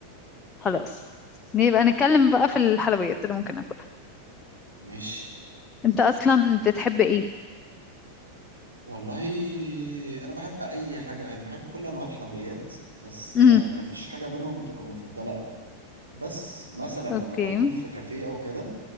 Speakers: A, on the left; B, on the right.
A: خلاص نبقى نتكلم بقى في الحلويات اللي ممكن ناكلها
B: ماشي
A: انت اصلا بتحب ايه
B: والله انا بحب اي حاجه يعني بحب كل انواع الحلويات بس
A: امم
B: يعني ما فيش حاجه منهم بتبقى مفضله قوي بس مثلا لما
A: اوكي
B: بكون في كافيه او كده